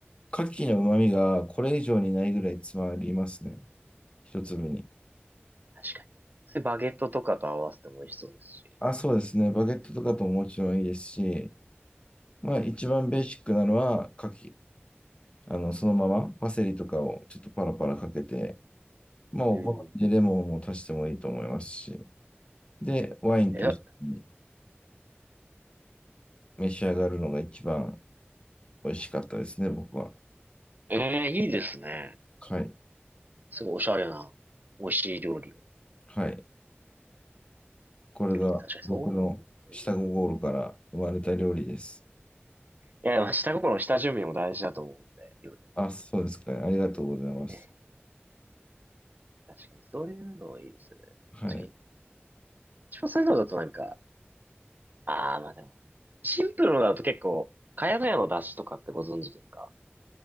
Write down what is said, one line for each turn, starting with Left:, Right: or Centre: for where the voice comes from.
Left: 牡蠣の旨味がこれ以上にないぐらい詰まりますね。一粒に。
Right: 確かに。それバゲットとかと合わせても美味しそうですし。
Left: あ、そうですね。バゲットとかとももちろんいいですし、まあ一番ベーシックなのは牡蠣あの、そのままパセリとかをちょっとパラパラかけて、まあ、
Right: うん
Left: お好みでレモンも足してもいいと思いますし、で、ワインと一緒に
Right: え、
Left: 召し上がるのが一番美味しかったですね、僕は。
Right: ええ、いいですね。なんか、
Left: はい。
Right: すごいおしゃれな、美味しい料理を。
Left: はい。これが僕の下心から生まれた料理です。
Right: 確かにそういう。ねいや、まあ、下心、下準備も大事だと思うんで、料理
Left: あ、そうですかね。ありがとうございます。
Right: ってね。確かにそういうのいいですよね。
Left: はい。
Right: 確かに。一応そういうのだとなんか、ああ、まあでも、シンプルのだと結構、ヤノヤの出汁とかってご存知ですか